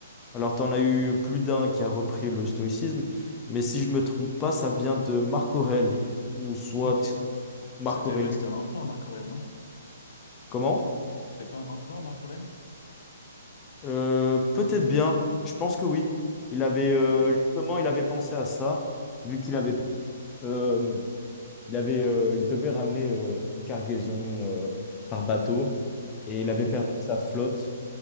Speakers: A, on the left; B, on the left.
A: Alors, tu en as eu plus d'un qui a repris le stoïcisme, mais si je me trompe pas, ça vient de Marc Aurèle, ou soit
B: Ok.
A: Marc
B: C'était
A: Aurèle.
B: ouais, c'était un empereur, Marc Aurèle, non?
A: Comment?
B: C'était pas un empereur, Marc Aurèle?
A: Euh, peut-être bien, je pense que oui. Il avait euh,
B: Euh,
A: justement, il avait pensé à ça, vu qu'il avait euh, Il avait, euh, il devait ramener euh, une cargaison euh, par bateau et il
B: ouais.
A: avait perdu sa flotte.